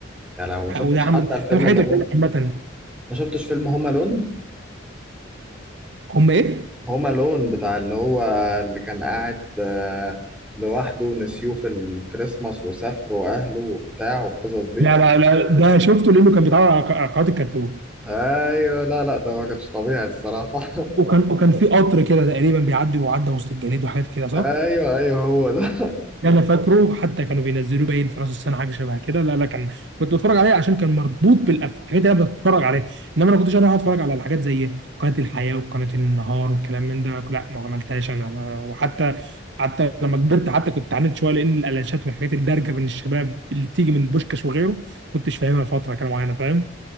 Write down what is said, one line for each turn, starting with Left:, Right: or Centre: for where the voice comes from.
Centre: يعني لو ما
Right: ح-
Centre: شفتش
Right: وده عم
Centre: حتى
Right: ده
Centre: الفيلم
Right: من الحاجات
Centre: اللي هو
Right: اللي عامه
Centre: ما شفتش فيلم هوم الون؟
Right: هم ايه؟
Centre: هوم الون بتاع اللي هو اللي كان قاعد آه، لوحده ونسيوه في الكريسماس وسافروا اهله وبتاع والقصص دي
Right: لا لا لا ده شفته لانه كان بيتعرض على ق- على قناه الكرتون
Centre: ايوه لا لا ده ما كانش طبيعي الصراحة <laughs>
Right: وكان وكان في قطر كده تقريبا بيعدي وعدى وسط الجليد وحاجات كده صح؟
Centre: ايوه ايوه هو ده
Right: ده انا فاكره حتى كانوا بينزلوه باين في راس السنه حاجه شبه كده لا لا كان كنت بتفرج عليه عشان كان مربوط بالحاجات اللي انا بتفرج عليها انما انا ما كنتش انا اقعد اتفرج على الحاجات زي قناه الحياه وقناه النهار والكلام من ده لا ما عملتهاش انا وحتى حتى لما كبرت حتى كنت عانيت شويه لان الالاشات والحاجات الدارجه بين الشباب اللي بتيجي من بوشكاش وغيره ما كنتش فاهمها فتره كده معينه فاهم